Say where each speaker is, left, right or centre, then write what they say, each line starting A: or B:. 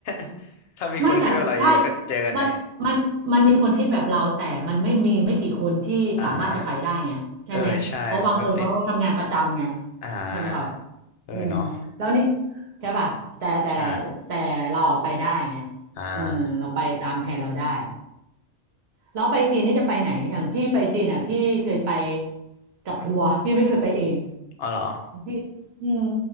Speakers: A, on the left; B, on the right.
A: <laughs> ถ้ามีคนคิดแบบเราเยอะๆก็เจอกันเนี่ย
B: ไม่แต่ใช่มันมันมันมีคนคิดแบบเราแต่มันไม่มีไม่กี่คนที่สามารถจะไปได้ไงใช่ไหมเพราะบางคนเขาทำงานประจำไง
A: อ่าเออใช่มันก็ติดอ่า
B: ใช่ไหมครับ
A: เออเนาะ
B: อืมแล้วนี่ใช่ป่ะแต่แต่
A: ใช่
B: แต่เราอะไปได้ไง
A: อ่า
B: เออเราไปตามแผนเราได้แล้วไปจีนนี่จะไปไหนอย่างพี่ไปจีนอ่ะพี่เคยไปกับทัวร์พี่ไม่เคยไปเอง
A: อ๋อเหรอ
B: พี่อืม